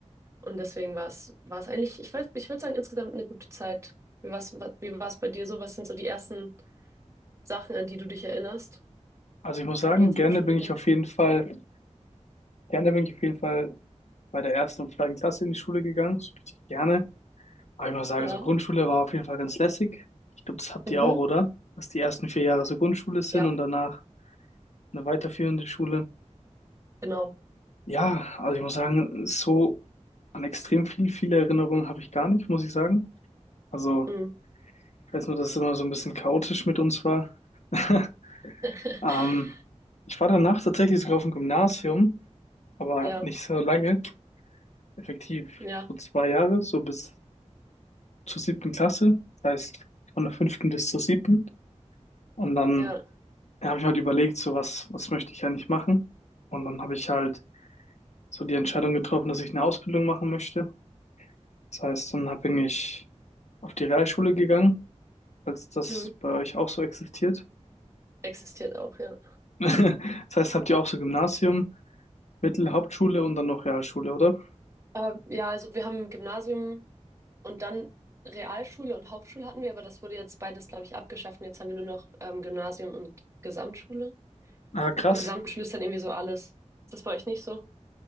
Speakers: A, on the right; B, on the left.
A: Und deswegen war es, war es eigentlich, ich weiß, ich würde sagen, insgesamt eine gute Zeit. Wie war's, wa- wie war's bei dir so? Was sind so die ersten Sachen, an die du dich erinnerst,
B: Also ich muss sagen,
A: wenn du jetzt
B: gerne
A: an die Schule
B: bin
A: denkst?
B: ich auf jeden Fall, gerne bin ich auf jeden Fall bei der ersten und zweiten Klasse in die Schule gegangen. So richtig gerne. Aber ich muss sagen,
A: Ja.
B: so Grundschule war auf jeden Fall ganz lässig. Ich glaube, das habt
A: Mhm.
B: ihr auch, oder? Dass die ersten vier Jahre so Grundschule sind
A: Ja,
B: und danach eine weiterführende Schule.
A: genau.
B: Ja, also ich muss sagen, so an extrem viel, viele Erinnerungen habe ich gar nicht, muss ich sagen. Also
A: Mhm.
B: ich weiß nur, dass es immer so ein bisschen chaotisch mit uns war. <laughs>
A: <laughs>
B: Ähm, ich war danach tatsächlich sogar auf dem Gymnasium, aber
A: Ja,
B: nicht so lange. Effektiv
A: ja,
B: so zwei Jahre, so bis zur siebten Klasse. Das heißt von der fünften bis zur siebten. Und dann
A: ja.
B: Da habe ich halt überlegt, so was, was möchte ich eigentlich machen? Und dann habe ich halt so die Entscheidung getroffen, dass ich eine Ausbildung machen möchte. Das heißt, dann hab- bin ich auf die Realschule gegangen, falls das
A: Mhm.
B: bei euch auch so existiert.
A: Existiert auch, ja.
B: <laughs> Das heißt, habt ihr auch so Gymnasium, Mittel, Hauptschule und dann noch Realschule, oder?
A: Äh, ja, also wir haben Gymnasium und dann Realschule und Hauptschule hatten wir, aber das wurde jetzt beides, glaube ich, abgeschafft. Und jetzt haben wir nur noch ähm, Gymnasium und Gesamtschule.
B: Ah, krass.
A: Und Gesamtschule ist dann irgendwie so alles. Ist das bei euch nicht so?